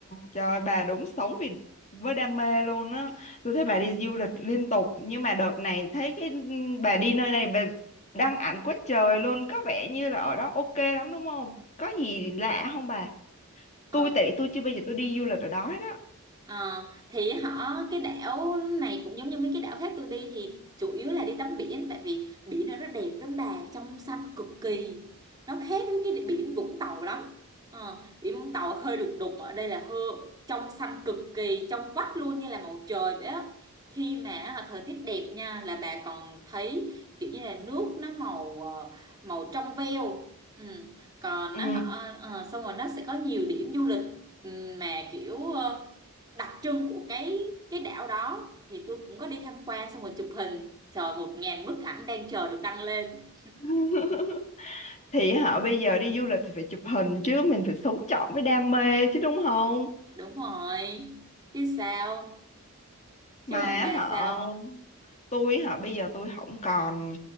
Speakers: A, on the left (about 30°); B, on the right (about 15°).
A: trời bà đúng sống vì với đam mê luôn á. Tôi thấy bà đi du lịch liên tục nhưng mà đợt này thấy cái bà đi nơi này bà đăng ảnh quá trời luôn, có vẻ như là ở đó ok lắm đúng không? Có gì lạ không bà?
B: Ờ.
A: Tôi tị tôi chưa bao giờ tôi đi du lịch ở đó hết á.
B: Ờ, thì họ cái đảo này cũng giống như mấy cái đảo khác tôi đi thì chủ yếu là đi tắm biển tại vì biển nó rất đẹp lắm bà trong xanh cực kỳ nó khác với cái biển Vũng Tàu lắm ờ, biển Vũng Tàu hơi đục đục ở đây là hơi trong xanh cực kỳ trong vắt luôn như là màu trời vậy á khi mà à, thời tiết đẹp nha là bà còn thấy kiểu như là nước nó màu ờ, màu trong veo ừ. còn
A: Ừ.
B: nó họ ờ, xong rồi nó sẽ có nhiều điểm du lịch ừ, mà kiểu ờ, đặc trưng của cái cái đảo đó thì tôi cũng có đi tham quan xong rồi chụp hình trời một ngàn bức ảnh đang chờ được đăng lên
A: <laughs> Thì họ bây giờ đi du lịch thì phải chụp hình chứ mình phải sống trọn với đam mê chứ đúng không?
B: đúng rồi chứ sao chứ
A: mà á
B: còn bà
A: họ
B: sao
A: tôi họ bây giờ tôi không còn